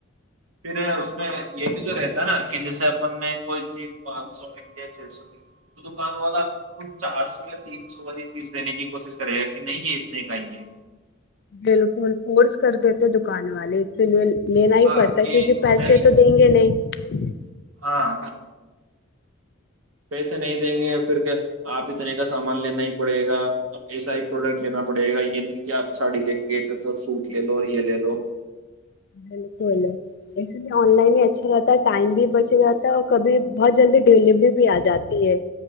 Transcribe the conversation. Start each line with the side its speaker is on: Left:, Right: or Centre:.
Right: پھر اس میں یہ بھی تو رہتا نا کہ جیسے اپن نے کوئی چیز پانچ سو م یا چھ سو م تو دکان والا کو چار سو یا تین سو والی چیز دینے کی کوشش کرے گا کہ نہیں یہ اتنے کائیے
Left: بالکل فورس کر دیتے دکان والے اسی لیے لینا ہی
Right: ہاں
Left: پڑتا
Right: کہ
Left: کیونکہ پیسے
Right: نہیں
Left: تو دیں گے نہیں
Right: ہاں پیسے نہیں دیں گے پھر کہ آپ اتنے کا سامان لینا ہی پڑے گا ایسا ہی پروڈکٹ لینا پڑے گا یہ نہیں کہ آپ ساڑی لے کے گئے تھے تو سوٹ لے لو یہ لے لو
Left: بالکل اس لیے آن لائن ہی اچھا رہتا ہے ٹائم بھی بچا رہاتا ہے اور کبھی بہت جلدی ڈیلیوری بھی آ جاتی ہے